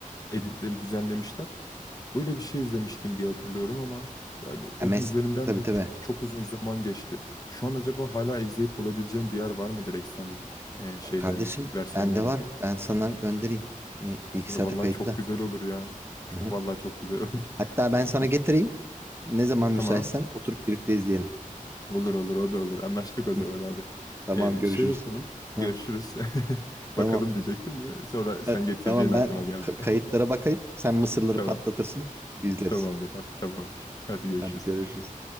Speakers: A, on the left; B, on the right.
A: editle
B: hı hı.
A: düzenlemişler. Öyle bir şey izlemiştim diye hatırlıyorum ama yani onun
B: Ya mes
A: üzerinden
B: tabii
A: de
B: tabii.
A: çok, çok uzun zaman geçti. Şu an acaba hala izleyip bulabileceğim bir yer var mıdır Extended e, şeylerini,
B: Kardeşim
A: versiyonlarını?
B: bende var. Ben sana göndereyim. E,
A: Abi
B: bilgisayarda
A: vallahi
B: kayıtlı.
A: çok güzel olur ya. Çok
B: Hı hı.
A: vallahi çok güzel olur.
B: Hatta
A: <laughs>
B: ben sana
A: Otur.
B: getireyim. Ne zaman müsaitsen
A: Tamam.
B: oturup birlikte izleyelim.
A: Olur olur o da olur. Anlaştık o zaman
B: Hı,
A: abi.
B: Tamam
A: E,
B: görüşürüz.
A: şey yapalım. Görüşürüz.
B: Hı,
A: <laughs>
B: tamam.
A: Bakalım diyecektim de sonra sen
B: Ha,
A: getireceğin
B: tamam
A: aklıma
B: ben
A: geldi.
B: ka- kayıtlara bakayım. Sen mısırları
A: <laughs> Tamam.
B: patlatırsın. İzleriz.
A: Tamamdır abi. Tamamdır. Hadi görüşürüz.
B: Hadi görüşürüz.